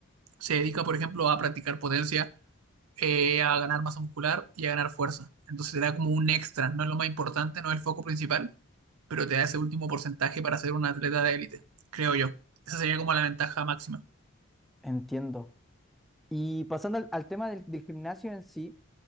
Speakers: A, on the right; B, in the centre.
A: se dedica, por ejemplo, a practicar potencia eh, a ganar masa muscular y a ganar fuerza. Entonces te da como un extra, no es lo más importante, no es el foco principal, pero te da ese último porcentaje para ser un atleta de élite, creo yo. Esa sería como la ventaja máxima.
B: Entiendo. Y pasando al, al tema del, del gimnasio en sí,